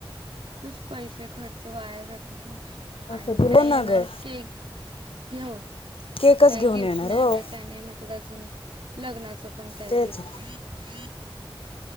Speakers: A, on the right; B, on the left.
A: उगाच पैसे खर्च वाया जातात ना
B: मस्त
A: आणि
B: तू
A: काय
B: हो ना
A: येणारच
B: गं
A: के घेऊन
B: केकच
A: काय
B: घेऊन
A: गिफ्ट
B: येणार
A: नाही
B: हो
A: ना काय नाही म अजून लग्नाचं पण काय
B: तेच
A: दिलं नाही